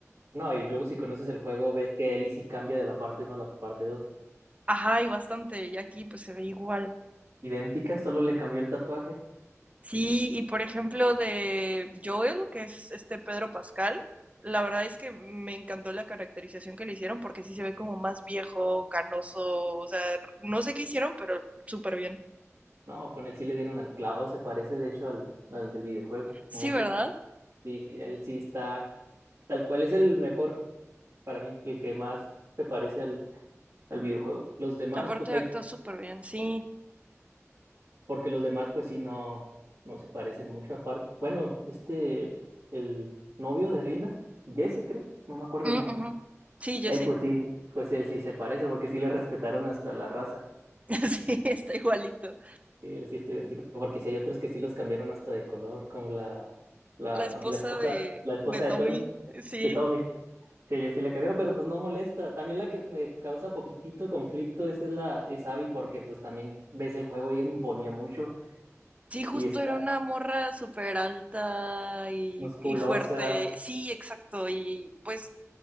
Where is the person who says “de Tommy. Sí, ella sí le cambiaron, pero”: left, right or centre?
Right